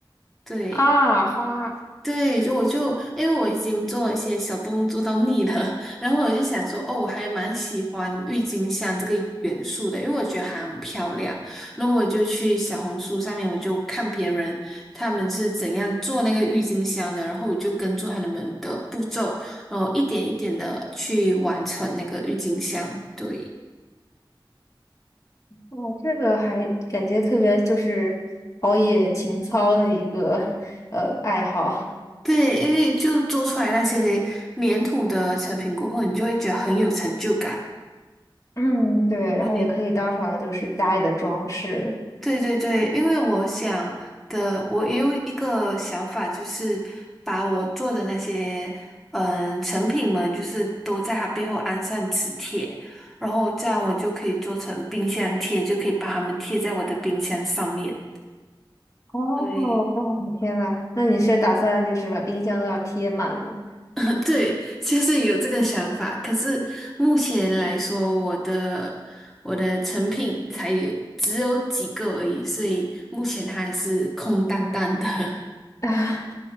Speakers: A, in the centre; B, on the left.
A: 对。
B: 啊，花，
A: 对，就我就因为我已经做一些小动物做到腻了，<laughs> 然后我就想说，哦，我还蛮喜欢郁金香这个元素的，因为我觉得它很漂亮。那我就去小红书上面，我就看别人他们是怎样做那个郁金香的，然后我就跟住他们的步骤，然后一点一点的去完成那个郁金香。对。
B: 哇，这个还感觉特别就是陶冶情操的一个呃爱好。
A: 对，因为就做出来那些粘土的成品过后，你就会觉得很有成就感。
B: 嗯，<laughs> 对，然后也可以当成就是家里的装饰。
A: 对对对对，因为我想的，我也有一个想法，就是把我做的那些嗯成品们，就是都在它背后安上磁铁，然后这样我就可以做成冰箱贴，就可以把它们贴在我的冰箱上面。
B: 哦，
A: 对，
B: 哦，天呐，那你是打算就是把冰箱都要贴满吗？
A: <laughs> 嗯对，就是有这个想法。可是目前来说，我的我的成品才有只有几个而已，所以目前它还是空荡荡的。<laughs>
B: <laughs> 啊，